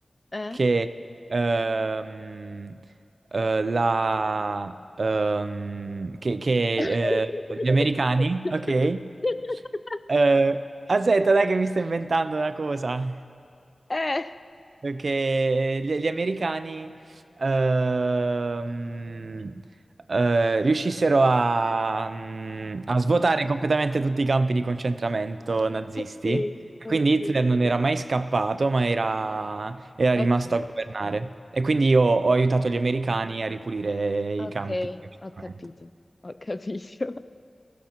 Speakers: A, on the left; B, on the right.
A: Eh?
B: che ehm, eh, la, ehm, che, che,
A: <laughs>
B: eh, gli americani, ok? Eh, aspetta, dai che mi sto inventando una cosa.
A: Eh.
B: Perché eh, gli, gli americani ehm, eh, riuscissero a, mm, a svuotare completamente tutti i campi di concentramento nazisti.
A: Ok, ok.
B: Quindi Hitler non era mai scappato, ma era, era
A: Ok.
B: rimasto a governare. E quindi io ho aiutato gli americani a ripulire i
A: Ok,
B: campi di concentramento.
A: ho capito, ho capito.